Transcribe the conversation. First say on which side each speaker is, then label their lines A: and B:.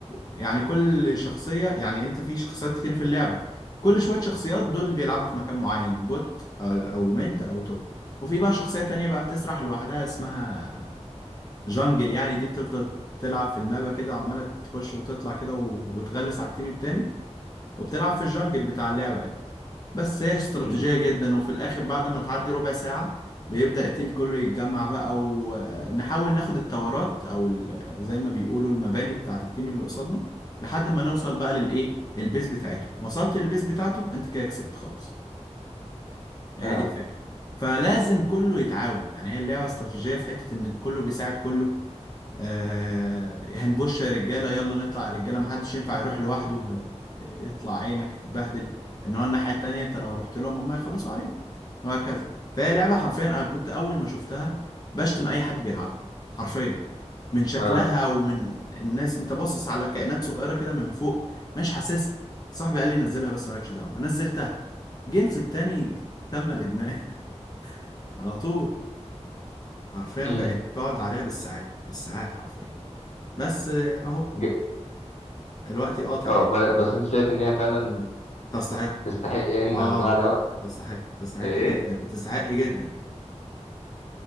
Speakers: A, on the left (about 35°); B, on the left (about 70°).
A: يعني كل شخصية يعني انت في شخصيات كتير في اللعبة كل شوية شخصيات دول بيلعبوا في مكان معين بوت او, أو ميد او توب وفي بقى شخصية تانية بقى بتسرح لوحدها اسمها جانجل يعني دي بتفضل تلعب في المابا كده عمالة تخش وتطلع كده و... وتغلس على التيم التاني وبتلعب في الجنجل بتاع اللعبة يعني بس هي استراتيجية
B: مم.
A: جدا وفي الآخر بعد ما تعدي ربع ساعة بيبدأ التيم كله يتجمع بقى ونحاول ناخد التورات أو ال- زي ما بيقولوا المباني بتاعة التيم اللي قصادنا لحد ما نوصل بقى للإيه البيز بتاعته وصلت للبيز بتاعته أنت كده كسبت خلاص هي
B: اه
A: دي الفكرة فلازم كله يتعاون يعني هي اللعبة استراتيجية في حتة إن كله بيساعد كله آه، هنبوش يا رجاله يلا نطلع يا رجاله محدش ينفع يروح لوحده آه، يطلع عينك تتبهدل ان هو الناحيه التانيه انت لو رحت لهم هم يخلصوا عليك وهكذا فهي لعبه حرفيا انا كنت اول ما شفتها بشتم اي حد بيلعبها حرفيا من شكلها
B: اه
A: ومن الناس انت باصص على كائنات صغيره كده من فوق مش حاسسها صاحبي قال لي نزلها بس مالكش دعوه نزلتها جيم في التاني تم الادمان <laughs> على طول حرفيا
B: امم
A: بقت بقعد عليها بالساعات بالساعات حرفيا بس آه، اهو
B: ج-
A: الوقت قاطع
B: اه
A: يعني
B: ب- بس انت شايف ان هي فعلا
A: تستحق
B: تستحق يعني
A: اه
B: ناخدها على وقت
A: تستحق تستحق
B: ايه
A: جدا تستحق جدا